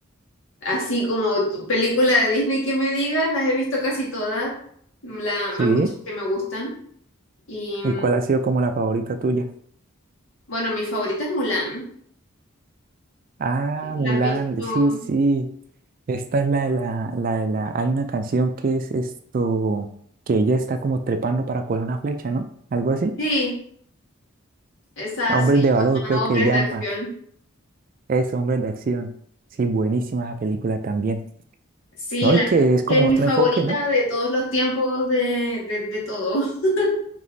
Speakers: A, on the left; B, on the right.
A: Así como tu película de Disney que me digas, las he visto casi todas. La, hay
B: Sí.
A: muchas que me gustan. Y
B: ¿Y
A: mm,
B: cuál ha sido como la favorita tuya?
A: bueno, mi favorita es Mulan.
B: Ah,
A: La
B: Mulan,
A: has visto.
B: sí, sí. Esta es la de la, la de la. Hay una canción que es esto, que ella está como trepando para coger una flecha, ¿no? Algo así.
A: Sí, esa
B: Hombres
A: se
B: de valor,
A: llama
B: creo que
A: Hombres
B: llama.
A: de Acción.
B: Es Hombres de acción. Sí, buenísima esa película también.
A: Sí,
B: No,
A: la
B: y que
A: verdad
B: es
A: es
B: como
A: que es mi
B: otro
A: favorita
B: enfoque, ¿no?
A: de todos los tiempos, de, de, de todo. <laughs>